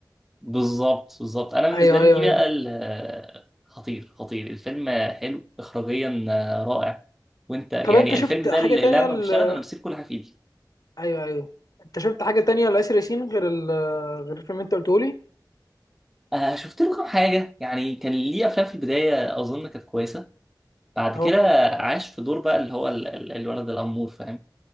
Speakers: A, in the centre; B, on the left (about 55°).
A: بالظبط بالظبط انا بالنسبه
B: ايوه
A: لي
B: ايوه
A: دي
B: ايوه
A: بقى ال- آه، خطير خطير الفيلم حلو اخراجيا آه، رائع وانت يعني
B: طب انت شفت
A: الفيلم
B: حاجه
A: ده اللي
B: تانية
A: لما
B: ل...
A: بيشتغل انا بسيب كل حاجه في ايدي
B: ايوه ايوه انت شفت حاجه تانية لآسر ياسين غير ال... غير الفيلم اللي انت قلته لي
A: آه شفت له كام حاجه يعني كان ليه افلام في البدايه اظن كانت كويسه بعد
B: اهو
A: كده عاش في دور بقى اللي هو ال- ال- الولد الامور فاهم